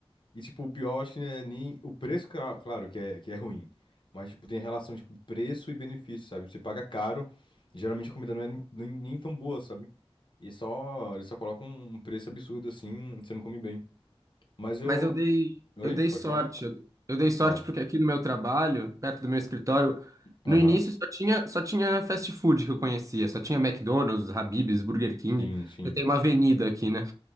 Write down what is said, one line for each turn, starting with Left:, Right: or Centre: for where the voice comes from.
Left: E, tipo, o pior, acho que não é nem. O preço, cla- claro, que é, que é ruim. Mas, tipo, tem a relação, tipo, preço e benefício, sabe? Você paga caro, e geralmente a comida não é nem, nem- nem tão boa, sabe? E só. Eles só colocam um preço absurdo assim, você não come bem. Mas eu.
Right: Mas eu dei,
Left: Oi?
Right: eu dei
Left: Pode
Right: sorte.
Left: falar.
Right: Eu, eu dei sorte
Left: Ó.
Right: porque aqui no meu trabalho, perto do meu escritório,
Left: Aham.
Right: no início só tinha, só tinha fast food que eu conhecia, só tinha McDonald's, Habib's, Burger King.
Left: Sim, sim.
Right: Eu tenho uma avenida aqui, né?